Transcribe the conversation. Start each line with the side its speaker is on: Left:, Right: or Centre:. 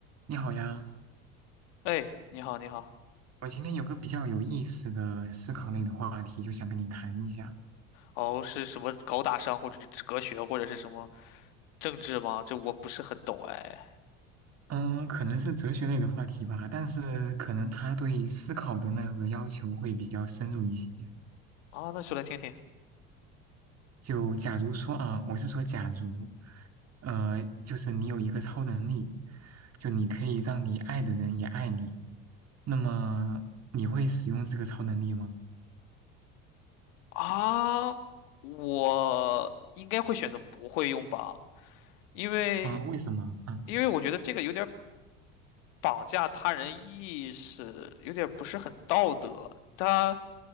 Right: 你好呀，
Left: 哎，你好，你好。
Right: 我今天有个比较有意思的思考类的话题，就想跟你谈一下。
Left: 哦，是什么高大上，或者是哲学，或者是什么政治吗？这我不是很懂哎。
Right: 嗯，可能是哲学类的话题吧，但是可能它对思考的那个要求会比较深入一些。
Left: 啊，那说来听听
Right: 就假如说啊，我是说假如，呃，就是你有一个超能力，就你可以让你爱的人也爱你，那么你会使用这个超能力吗？
Left: 啊，我应该会选择不会用吧，因为
Right: 啊，为什么？啊，
Left: 因为我觉得这个有点儿绑架他人意识，有点儿不是很道德。他